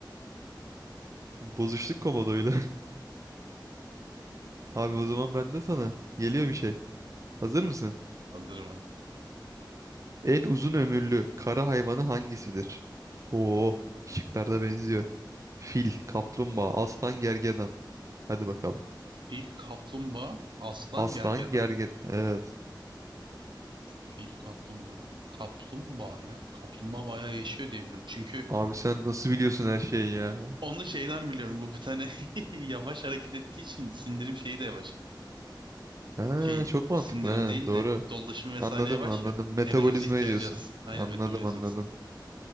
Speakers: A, on the right; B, on the right.
A: Bir Bozuştuk komodoyla. <laughs> Abi o zaman ben de sana. Geliyor bir şey. Hazır mısın?
B: Hazırım
A: En uzun ömürlü kara hayvanı hangisidir? Oo, şıklarda benziyor. Fil, kaplumbağa, aslan, gergedan. Hadi bakalım.
B: Fil, kaplumbağa, aslan,
A: Aslan,
B: gergedan.
A: gergedan. Evet.
B: Fil, kaplumbağa. Kaplumbağa ya. Kaplumbağa bayağı yaşıyor diye biliyorum. Çünkü
A: Abi sen nasıl biliyorsun her şeyi ya?
B: onu şeyden biliyorum. Bu bir tane <laughs> yavaş hareket ettiği için sindirim şeyi de yavaş.
A: Ha,
B: Şey
A: çok mantıklı
B: sindirim
A: ha.
B: değil
A: Doğru.
B: de dolaşım vesaire
A: Anladım
B: yavaş
A: anladım.
B: ya.
A: Metabolizma
B: Enerji ihtiyacı
A: diyorsun.
B: az. Aynen
A: Anladım
B: metabolizması.
A: anladım.